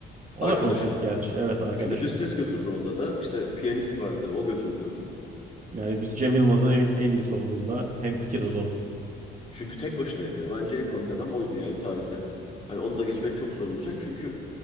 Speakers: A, on the right; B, on the left.
A: O
B: Arkadaşım.
A: da konsept gerçi evet arkadaşım.
B: Çünkü dış ses götürdü onda da. İşte piyanist vardı o götürdü.
A: Yani biz Cem Yılmaz'ın en, en iyisi olduğunda hemfikiriz onun.
B: Çünkü tek başına yapıyor. Bence en komik adam oydu yani tarihte. Hani onu da geçmek çok zor olacak çünkü